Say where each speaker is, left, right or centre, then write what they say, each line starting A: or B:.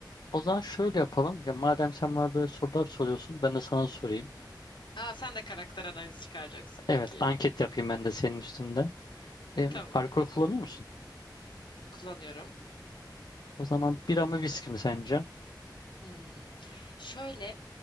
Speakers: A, on the left; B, on the left.
A: O zaman şöyle yapalım. Ya madem sen bana böyle sorular soruyorsun, ben de sana sorayım.
B: Aa, sen de karakter analizi çıkaracaksın.
A: Evet,
B: Peki.
A: anket yapayım ben de senin üstünde.
B: <laughs>
A: E,
B: Tamam.
A: alkol kullanıyor musun?
B: Kullanıyorum.
A: O zaman bira mı viski mi sence?
B: Hmm. Şöyle